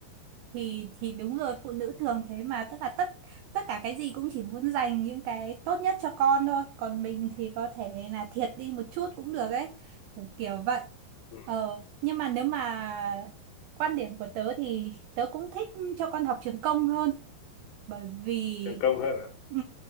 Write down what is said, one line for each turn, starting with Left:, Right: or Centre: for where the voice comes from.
Right: thì thì đúng rồi phụ nữ thường thế mà tức là tất tất cả cái gì cũng chỉ muốn dành những cái tốt nhất cho con thôi còn mình thì có thể là thiệt đi một chút cũng được ấy kiểu, kiểu vậy
Left: ừ,
Right: ờ nhưng mà nếu mà quan điểm của tớ thì tớ cũng thích cho con học trường công hơn bởi vì
Left: thành công hơn à
Right: ừ,